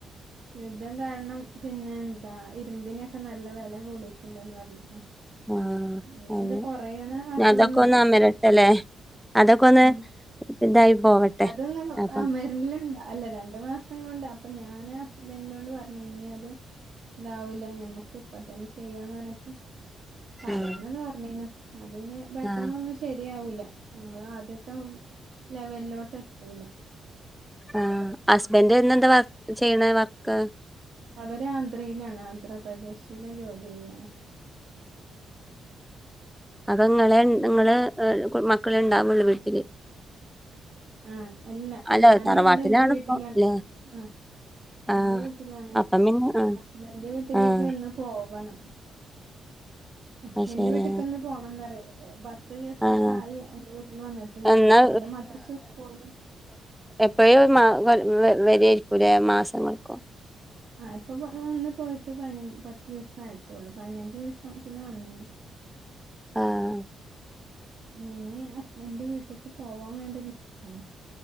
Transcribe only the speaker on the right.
യുദ്ധം കാരണം പിന്നെ എന്താ ഇരുമ്പിനൊക്കെ നല്ല വില കൂടിട്ടുണ്ടന്ന് പറഞ്ഞിട്ടെ
ഇനി
അത് കൊറയുന്ന മട്ടൊന്നുല്ല
ഉം
അതൊന്ന്
അമര്ൽ അല്ല രണ്ടു മാസം കൊണ്ട് അപ്പൊ ഞാൻ ആ ഹസ്ബന്റ് നോട്‌ പറഞ്ഞ ഇനി അത് താവൂല ഞമ്മക്ക് ഇപ്പ തന്നെ ചെയ്യാന്ന് പറഞ്ഞിട്ട് പറയണന്ന്
പറഞ്ഞേനു അത് ഇനി പെട്ടെന്നൊന്നും
ശരിയാവൂല്ല നമ്മൾ ആദ്യത്തെ ലെവലിലോട്ട് എത്തൂല
അവര് ആന്ധ്രയിലാണ് ആന്ധ്രാപ്രദേശില് ജോലി ചെയ്യാണ്
ഇവിടെ
ആഹ എല്ലാ
ഞാന്
ഇവിടെ എന്റെ വീട്ടിലാണ്
ആഹ
എന്റെ വീട്ടിലാണ്
ഹസ്ബൻന്റെ വീട്ടിലേക്ക്
ഇന്ന് പോവണം ഹസ്ബൻഡന്റെ
വീട്ട്ക്ക ഇന്ന് പോണംന്ന്റ പത്ത് ദിവസൊക്കെ
ആയി എന്റെ വീട്ടിൽ വന്നിട്ട് ഞാൻ
അവിടെ മദ്രസ് സ്കൂള
ആ ഇപ്പൊ വന്ന് പോയിട്ട് പതിനഞ്ച് പത്ത് ദിവസം ആയിട്ടുള്ളൂ പതിനഞ്ച് ദിവസത്തിന് വന്നേന് <inaudible>
ഇനി ഹസ്ബൻഡന്റെ വീട്ടിലേക്ക് പോവാൻ വേണ്ടി നിക്കാണ്